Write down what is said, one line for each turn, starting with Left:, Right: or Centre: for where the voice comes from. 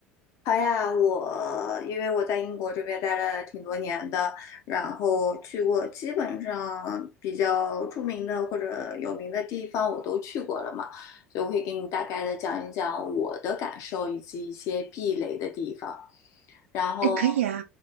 Left: 好呀，我因为我在英国这边待了挺多年的，然后去过基本上比较著名的或者有名的地方我都去过了嘛，所以我可以给你大概的讲一讲我的感受以及一些避雷的地方。然后，
Right: 哎，可以啊，